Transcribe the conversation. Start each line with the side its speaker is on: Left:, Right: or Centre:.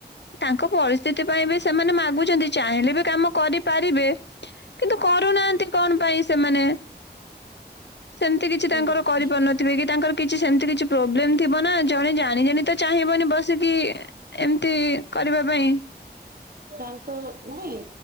Left: ତାଙ୍କ ପରିସ୍ଥିତି ପାଇଁ ବି ସେମାନେ ମାଗୁଛନ୍ତି ଚାହିଁଲେ ବି କାମ କରିପାରିବେ କିନ୍ତୁ କରୁନାହାନ୍ତି କଣ ପାଇଁ ସେମାନେ? ସେମତି କିଛି ତାଙ୍କର
Right: ଏମିତି
Left: କରିପାରୁନଥିବେ କି ତାଙ୍କର କିଛି ସେମିତି କିଛି ପ୍ରୋବ୍ଲେମ୍ ଥିବ ନା ଜଣେ ଜାଣି ଜାଣି ତ ଚାହିଁବନି ବସିକି ଏମିତି କରିବା ପାଇଁ।
Right: ତାଙ୍କର ନୁହେଁ